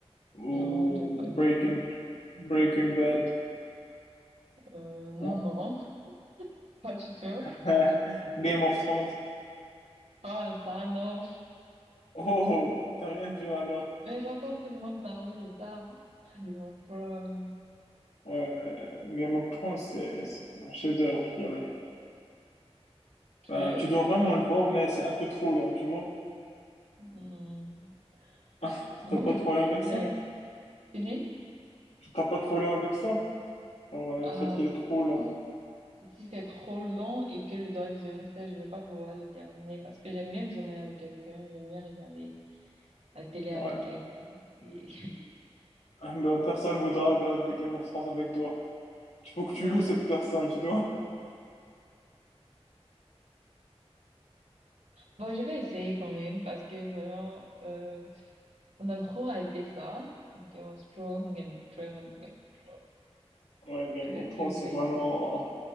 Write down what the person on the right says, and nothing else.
non, j'ai pas
vu.
Euh, non,
non, <laughs> pas du tout.
Ah, ça, non.
Mais j'entends tout le monde parler de ça. hein. Game of Thrones.
Ok.
Hmm.
Moi,
je
préfère
tu dis,
euh,
si, si c'est trop long et que je dois visionner ça, je vais pas pouvoir le terminer parce que j'aime bien visionner avec quelqu'un, j'aime bien regarder la télé
avec quelqu'un.
Et... <laughs>
et
c'est vrai.
Ouais.
Bon, je vais essayer quand même parce que vraiment, euh, on a trop hypé ça. Game of Thrones, Game of Thrones, Game of Thrones.
Peut-être
que je
vais
essayer.